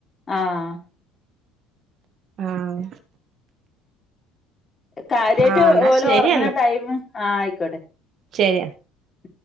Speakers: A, on the left; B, on the right.
A: ആഹ്.
B: ആഹ്.
A: കാര്യായിട്ട്
B: ആഹ് എന്നാ
A: ഓലും
B: ശരി
A: ഒറങ്ങണ ടൈമ് ആഹ് ആയിക്കോട്ടെ.
B: ശരിയാ.
A: ഉം